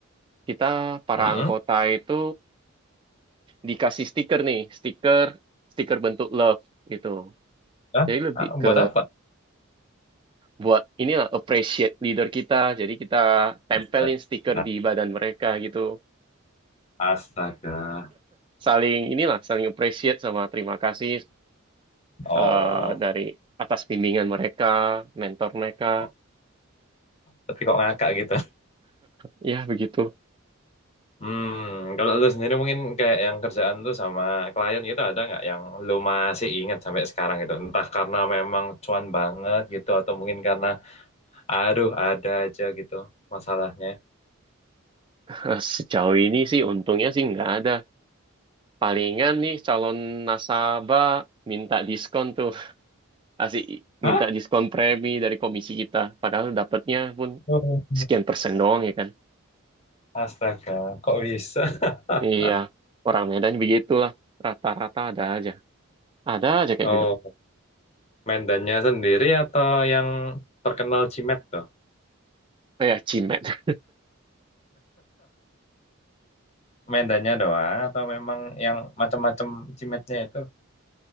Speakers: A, on the right (about 25°); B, on the left (about 30°).
A: kita para
B: Mm-mm.
A: anggota itu dikasih stiker nih stiker stiker bentuk love gitu
B: Hah?
A: jadi lebih
B: Ah, buat
A: ke
B: apa?
A: buat inilah appreciate leader kita. Jadi kita tempelin
B: Astaga.
A: stiker
B: Nah,
A: di badan mereka gitu.
B: Astaga.
A: Saling inilah saling appreciate sama terima kasih
B: Oh,
A: eh, dari atas bimbingan mereka, mentor mereka.
B: oh. Tapi kok ngakak gitu. <laughs>
A: Ya begitu.
B: Hmm, kalau lu sendiri mungkin kayak yang kerjaan lu sama klien gitu ada nggak yang lu masih ingat sampai sekarang gitu? Entah karena memang cuan banget gitu atau mungkin karena aduh ada aja gitu masalahnya.
A: <laughs> Sejauh ini sih untungnya sih nggak ada. Palingan nih calon nasabah minta diskon tuh. <laughs> Asik
B: Hah?
A: minta diskon premi dari komisi kita. Padahal dapatnya pun
B: Oh,
A: sekian persen doang ya kan.
B: Astaga, kok bisa? <laughs>
A: Iya, orang Medan begitulah. Rata-rata ada aja. Ada aja kayak
B: Oh,
A: gitu.
B: medannya sendiri atau yang terkenal Cimet tuh?
A: Eh, ya, cimet. <laughs>
B: Medannya doang atau memang yang macam-macam cimetnya itu?